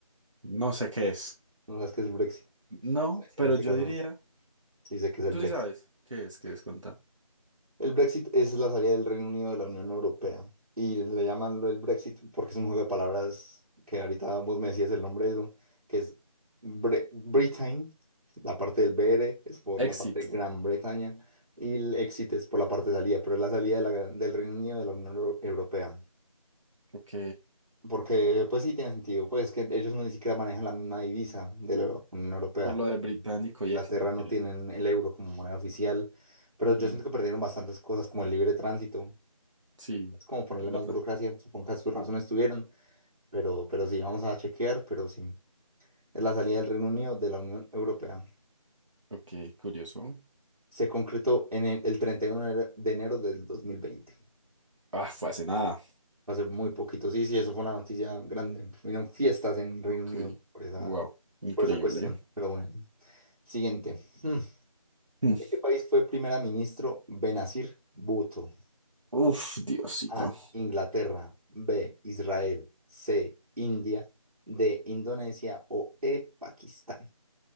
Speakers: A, on the right (about 55°); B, on the right (about 80°).
A: No sé qué es.
B: No sabes qué es el Brexit.
A: No,
B: En
A: pero
B: este
A: yo
B: caso
A: diría,
B: Sí, sé que es el
A: tú
B: Brexit.
A: sí sabes qué es,
B: Sí,
A: qué es,
B: sí.
A: contá.
B: El Brexit es la salida del Reino Unido de la Unión Europea. Y le llaman lo el Brexit porque es un juego de palabras que ahorita vos me decías el nombre de eso, que es Bre- Britain, la parte del BR es por
A: Exit.
B: la parte de Gran Bretaña y el exit es por la parte de salida, pero es la salida de la- del Reino Unido de la Unión Euro- Europea.
A: Ok,
B: Porque, pues sí, tiene sentido. Pues es que ellos no ni siquiera manejan la misma divisa de la Unión Europea.
A: por lo de británico
B: Inglaterra
A: y exit, increíble.
B: no tienen el euro como moneda oficial, pero
A: Ujú,
B: yo siento que perdieron bastantes cosas como el libre tránsito.
A: Sí,
B: Es como ponerle
A: ¿verdad?
B: más burocracia, supongo que sus razones tuvieron, pero, pero sí, vamos a chequear, pero sí. Es la salida del Reino Unido de la Unión Europea.
A: Ok, curioso.
B: Se concretó en el, el 31 de ene- de enero del 2020.
A: Ah, fue hace nada.
B: Va a ser muy poquito. Sí, sí, eso fue una noticia grande. Hubieron fiestas en Reino
A: Ok,
B: Unido por esa,
A: wow, increíble.
B: por esa cuestión, pero bueno. Siguiente. <laughs>
A: <laughs>
B: Hmm. ¿De qué país fue primer ministro Benazir Bhutto?
A: Uf, Diosito.
B: A. Inglaterra. B. Israel. C. India. D. Indonesia. O E. Pakistán.